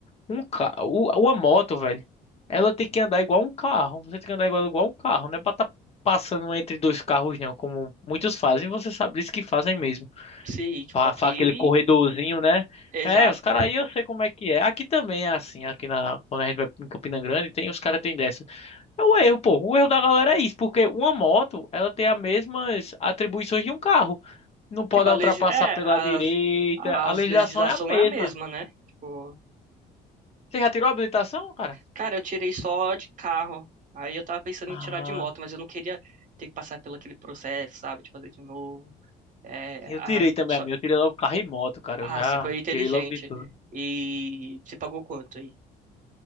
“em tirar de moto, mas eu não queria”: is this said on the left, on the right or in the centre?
Right